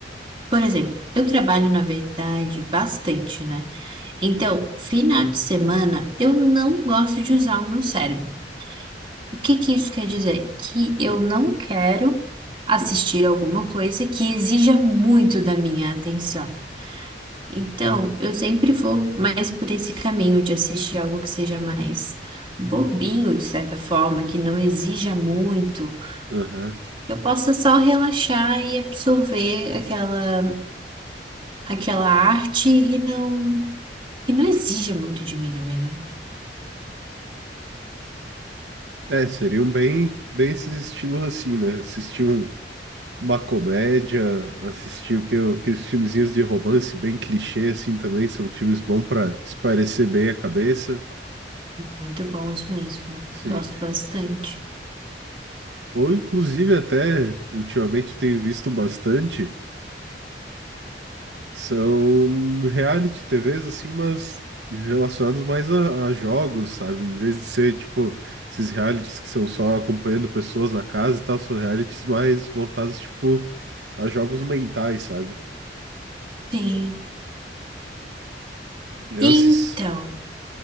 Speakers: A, on the right (about 30°); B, on the right (about 75°).
A: Por exemplo, eu trabalho, na verdade, bastante, né? Então, final de semana, eu não gosto de usar o meu cérebro. O que que isso quer dizer? Que eu não quero assistir alguma coisa que exija muito da minha atenção. Então, eu sempre vou mais por esse caminho de assistir algo que seja mais bobinho, de certa forma, que não exija muito.
B: Aham.
A: que Eu possa só relaxar e absorver aquela aquela arte e não Que não exija muito de mim, na verdade.
B: É, seriam bem, bem esses estilos assim, né? Assistir um- uma comédia, assistir o que, o que os filmezinhos de romance bem clichê assim também são filmes bons para esparecer bem a cabeça,
A: Muito bons mesmo.
B: sim.
A: Gosto bastante.
B: Ou inclusive até ultimamente eu tenho visto bastante. São reality TVs assim, mas relacionados mais a, a jogos, sabe? Em vez de ser tipo esses realities que são só acompanhando pessoas na casa e tal, são realities mais voltados tipo a jogos mentais, sabe?
A: Sim.
B: Eu
A: Então,
B: assisti.